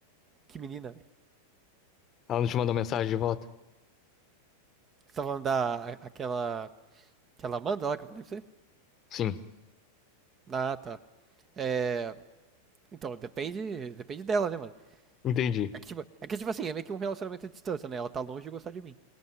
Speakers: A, on the right (about 25°); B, on the left (about 30°).
A: Que menina, velho.
B: Ela não te mandou mensagem de volta?
A: Você tá falando da, aquela, aquela Amanda lá que eu falei pra você?
B: Sim.
A: Ah, tá. É, então, depende, depende dela, né, mano?
B: Entendi.
A: É que, tipo, é que, tipo assim, é meio que um relacionamento à distância, né? Ela tá longe de gostar de mim.